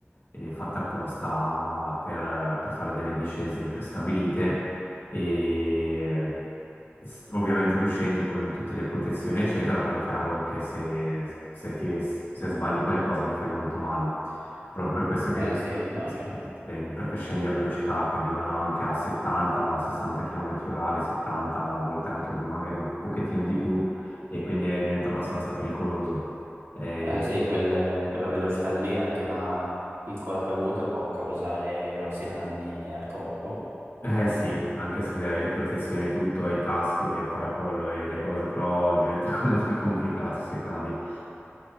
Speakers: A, on the left (about 55°); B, on the right (about 80°).
A: eh, fatte apposta per, per fare delle discese prestabilite e s- ovviamente tu scendi con tutte le protezioni eccetera, però è chiaro che se, se ti- se sbagli qualcosa ti fai molto male. Proprio per questo che
B: Eh
A: rientro
B: sì, immagino.
A: in sport extreme, perché scendi a velocità che arrivano anche a 70-60 km orari, 70, a volte anche magari un pochettino di più, e quindi eh, diventa abbastanza pericoloso. Eh,
B: Eh sì, quelle- quella velocità lì, anche una piccola caduta può causare grossi danni al corpo.
A: Eh
B: Quindi,
A: sì, anche se hai le protezioni e tutto, hai i caschi e il paracollo e le cose, però diventa <laughs> comunque complicato se cadi.